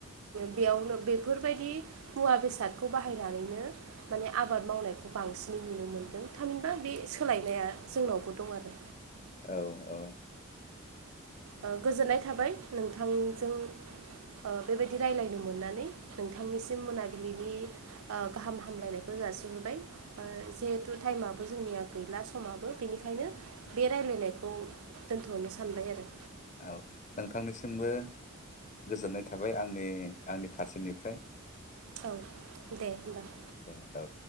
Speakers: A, on the right (about 75°); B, on the left (about 35°).
A: बेयावनो बेफोरबायदि मुवा बेसादखौ बाहायनानैनो माने आबाद मावनाय बेखौ बांसिनै नुनो मोनदों थामहिनबा बे सोलायनाया जोंनावबो दं आरो
B: औ औ
A: ओ गोजोननाय थाबाय नोंथांजों ओ बेबायदि रायलायनो मोननानै नोंथांनिसिम मोनाबिलिनि ओ गाहाम हामलायनायखौ जासिहरबाय ओ जिहेथु थायेमाबो जोंनिया गैला समाबो बेनिखायनो बे रायलाय नायखौ दोनथनो सानबाय आरो
B: औ नोंथांनिसिमबो गोजोननाय थाबाय आंनि आंनि फारसेनिफ्राय
A: औ दे होमबा
B: दे औ